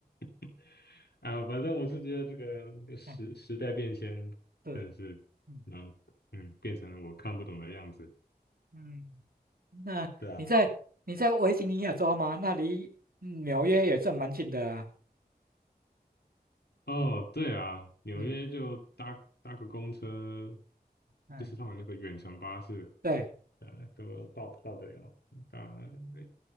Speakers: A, on the left; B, on the right.
A: <laughs>，啊，反正我是觉得这个时时代变迁真的是，
B: 嗯，是，嗯
A: 嗯嗯，变成了我看不懂的样子。
B: 嗯，那你在你在维吉尼亚州吗？
A: 对啊，
B: 那离嗯纽约也算蛮近的啊
A: 哦，对啊，纽约就搭搭个公车，
B: 嗯嗯，
A: 就是他们那个远程巴士，
B: 对，
A: 呃，都到到得了，搭诶